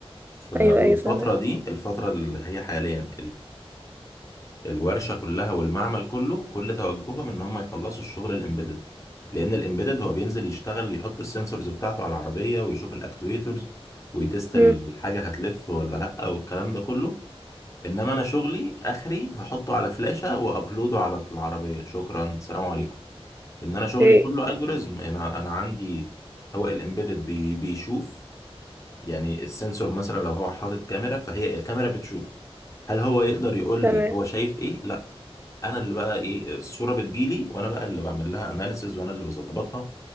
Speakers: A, on the left; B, on the right.
A: ف... والفتره
B: ايوه ايوه فاهمة
A: دي الفتره اللي هي حاليا الورشه كلها والمعمل كله كل توجههم ان هم يخلصوا الشغل الامبيدد لان الامبيدد هو بينزل يشتغل يحط السنسورز بتاعته على العربيه ويشوف الاكتويترز ويتست الحاجه
B: امم
A: هتلف ولا لا والكلام ده كله انما انا شغلي اخري هحطه على فلاشه وابلوده على العربيه شكرا سلام عليكم ان انا شغلي
B: ايه
A: كله الجوريزم انا انا عندي هو الامبيدد بي بيشوف يعني السنسور مثلا لو هو حاطط كاميرا فهي الكاميرا بتشوف هل هو يقدر يقول
B: تمام
A: لي هو شايف ايه؟ لا انا اللي بقى ايه الصوره بتجيلي وانا بقى اللي بعمل لها اناليسز وانا اللي بظبطها